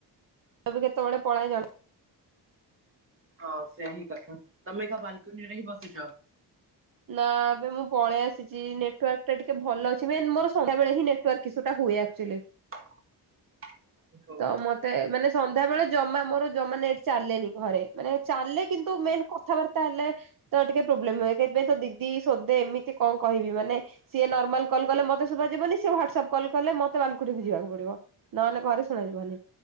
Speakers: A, on the right; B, on the right.
A: ତବେ କେତେବେଳେ ପଳାଏ ଜ
B: ହଁ ସେହି କଥା ତମେ ଏକା ବାଲକୁନିରେ ହିଁ ବସିଚ?
A: ନାଁ ଏବେ ମୁଁ ପଳେଇ ଆସିଚି ନେଟୱାର୍କ ଟା ଟିକେ ଭଲ ଅଛି ମେନ୍ ମୋର ସନ୍ଧ୍ୟାବେଳେ ହିଁ ନେ ଟୁ ୱାର୍କ ଇସୁ ଟା ହୁଏ ଆକ୍ଟୁଆଲି।
B: <inaudible> ଓହୋ।
A: ତ ମ ତେ ମାନେ ସନ୍ଧ୍ୟାବେଳେ ଜମା ମୋର ଜମା ନେଟ୍ ଚାଲଲେନି ଘରେ ମାନେ ଚାଲେ କିନ୍ତୁ ମେନ୍ କ କଥାବାର୍ତ୍ତା ହେଲେ ତ ଟିକେ ପ୍ରୋବ୍ଲେମ ହୁଏ ସେଥିପାଇଁ ତୋ ଦିଦି ସୋଦେ ଏମିତି କଣ କହିବି ମାନେ ସିଏ ନର୍ମାଲ କଲ୍ କଲେ ମତେ ଶୁଭା ଯିବନି ସିଏ ହ୍ୱାଟସପ କଲ କଲେ ମତେ ବାଲ୍କୁନୀକୁ ଯିବାକୁ ପଡିବ। ନହେଲେ ଘରେ ଶୁଣାଯିବନି।